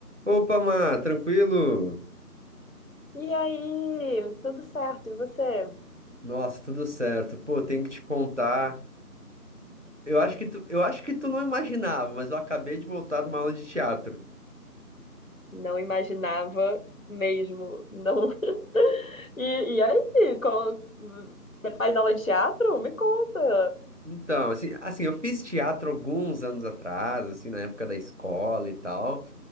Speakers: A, on the right; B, on the left.
A: Opa, Má, tranquilo?
B: E aí, tudo certo, e você?
A: Nossa, tudo certo. Pô, tenho que te contar. Eu acho que tu, eu acho que tu não imaginava, mas eu acabei de voltar de uma aula de teatro.
B: Não imaginava mesmo, não. <laughs> E, e aí, co- você faz aula de teatro? Me conta.
A: Então, assim, assim, eu fiz teatro alguns anos atrás, assim, na época da escola e tal.